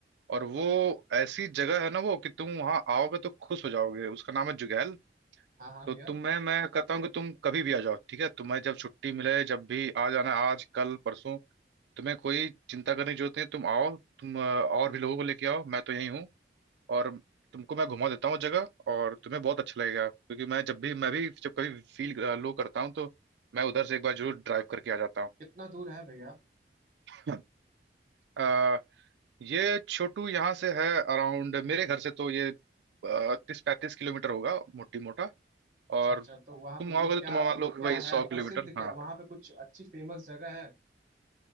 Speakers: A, on the right; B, on the right.
A: और वो ऐसी जगह है ना वो कि तुम वहां आओगे तो खुश हो जाओगे उसका नाम है जुगैल
B: हाँ हाँ
A: तो
B: भैया
A: तुम्हें मैं कहता हूँ कि तुम कभी भी आ जाओ ठीक है तुम्हें जब छुट्टी मिले जब भी आ जाना आज कल परसों तुम्हें कोई चिंता करने की जरूरत नहीं है तुम आओ तुम अ, और भी लोगों को लेके आओ मैं तो यही हूँ और तुमको मैं घुमा देता हूँ जगह और तुम्हें बहुत अच्छा लगेगा क्योंकि मैं जब भी मैं भी जब कभी फील लो करता हूँ तो मैं उधर से एक बार जरूर ड्राइव करके आ जाता
B: कितना दूर है भैया
A: हूँ <laughs> ये छोटू यहाँ से है अराउंड मेरे घर से तो ये तीस पैंतीस किलोमीटर होगा मोटी मोटा
B: अच्छा
A: और
B: अच्छा तो वहाँ
A: तुम
B: पे मतलब
A: आओगे तो
B: क्या
A: तुम मान लो कि
B: क्या
A: भाई
B: है
A: सौ
B: प्रसिद्ध
A: किलोमीटर
B: क्या
A: हाँ
B: वहाँ पे कुछ अच्छी फेमस जगह है